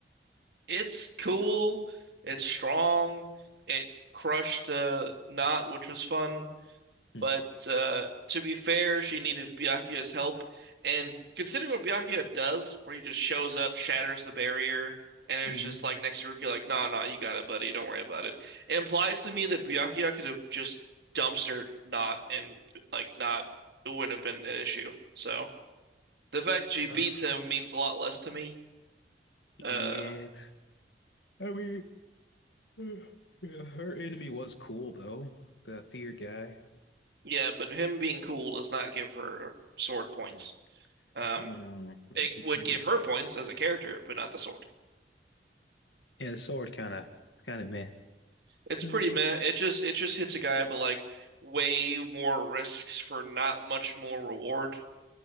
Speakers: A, on the right; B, on the left.
A: It's cool. It's strong. It crushed uh, Knot, which was fun.
B: hmm
A: But uh, to be fair, she needed Byakuya's help. And considering what Byakuya does, where he just shows up, shatters the barrier, and it's
B: hmm
A: just like next to Rukia, like, nah, nah, you got it, buddy. Don't worry about it. It implies to me that Byakuya could have just dumpster not and like not, it wouldn't have been an issue. So the fact she beats
B: Uh,
A: him means a lot less to me. Uh,
B: yeah. I mean, <sighs> uh, yeah, her enemy was cool though. The fear guy.
A: yeah, but him being cool does not give her sword points.
B: Mm.
A: Um,
B: No. uh,
A: it would
B: Yeah.
A: give her points as a character, but not the sword.
B: Yeah, the sword kind of, kind of meh.
A: It's
B: Meh.
A: pretty meh. It just it just hits a guy, but like way more risks for not much more reward,